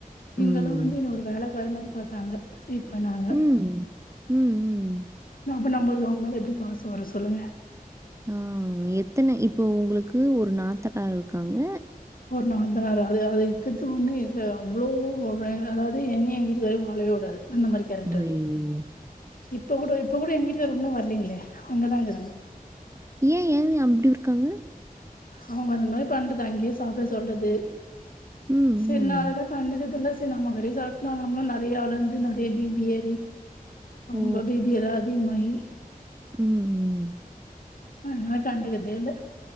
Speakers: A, on the left (about 70°); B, on the right (about 20°).
A: இங்கல்லா
B: ம்.
A: வந்து என்ன ஒரு வேலக்காரி மாரி பாத்தாங்க ட்ரீட் பண்ணாங்
B: ம் ம் ம்
A: அப்ப நமளுக்கு அவுங்க மேல எப்டி பாசொ வரு சொல்லுங்க
B: ஆ எத்தன இப்ப ஒங்களுக்கு ஒரு நாத்தனார் இருக்காங்க
A: ஒரு நாத்தனாரு அது அது இக்கத்து ஒண்ணு இல்ல அவ்ளோ ஓ வேங்கறதாது என்னய எங்க வீட்டுக்காரயு வாழவே வு வுடாது அந்த மாரி கேரக்டர்
B: அய்யோ
A: அது இப்ப கூட இப்ப கூட எங்க வீட்டுகார் உன்னு வர்லைங்களே அங்கதாங்கிறாங்க
B: ஏ ஏ ஏ அப்டி இருக்காங்க
A: அவுங்க அந்த மாரி பண்றது அங்கயே சாப்ட சொல்றது
B: ம்
A: சரி
B: ம்.
A: நா அதலா கண்டுக்கறதில்ல சரி நம்ம வேலய சாட்லா நம்மளு நெறைய அளந்து நெறைய பீப்பி ஏறி ரொம்ப
B: ஓ!
A: பீபி வேற அதிகமாயி
B: ம் ம்
A: அதனால கண்டுக்கதே இல்ல